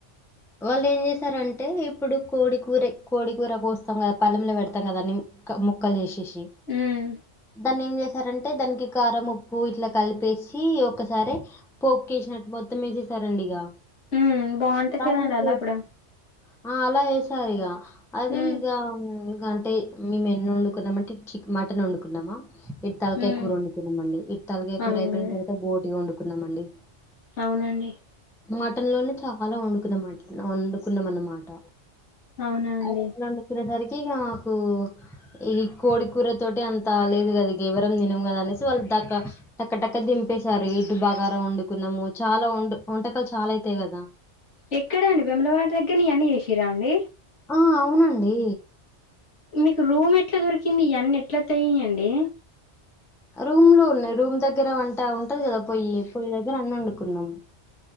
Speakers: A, in the centre; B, on the left.
A: వాళ్ళు ఏం చేసారంటే ఇప్పుడు కోడికూర కోడికూర కోస్తాం కదా పళ్లెంలో పెడతాం కదా క్ ముక్కలు చేసేసి
B: ఉమ్,
A: దాన్ని ఏం చే టే దానికి కారం ఉప్పు ఇట్లా కలిపేసి ఒకసారి పోప్పుకేసినట్టు మొత్తం వే సరండి ఇక
B: ఉమ్, బాగుంటది
A: దాన్ని
B: కదండి
A: ఉడకబెట్-
B: అలా కూడా
A: ఆ అలా ఏసారు ఇగ అది
B: ఉమ్,
A: ఇక అంటే మేము ఎన్నుకున్నామంటే అంటే చికె మటన్ వండుకుంనమ ఇటు తలకాయ
B: ఉమ్,
A: కూర వండుకున్నాంమండి ఇటు తలకాయ కూర
B: అవునండి
A: అయిపోయిన తర్వాత బోటి వండుకున్నాంమండి
B: అవునండి
A: మటన్ లోనే చాలా వండుకున్నన్నమాట వండుకున్నాం అన్నమాట
B: అవునా అండి
A: అయి రెండు వండుకున్నసరికి ఇక మాకు ఈ కోడికూర తోటి అంతాలేదు కదా ఇక ఎవరం తినంకదా అనేసి వాళ్ళు ద టక్క టక్క దిం పేశారు ఇడ్టు బాగార వండుకున్నాము చాలా వం వంటకాలు చాలా అయితాయి కదా
B: ఎక్కడండి వేములవాడ దగ్గర ఈ అన్ని చేసిరా అండి
A: ఆ అవునండి
B: మీకు రూమ్ ఎట్ల దొరికింది ఇయన్ని ఎట్ల ఒత్యయండి
A: రూమ్ లో ఉన్నాయి రూమ్ దగ్గర వంట ఉంటది కదా పొయ్యి పొయ్యి దగ్గర అన్ని వండుకున్నాము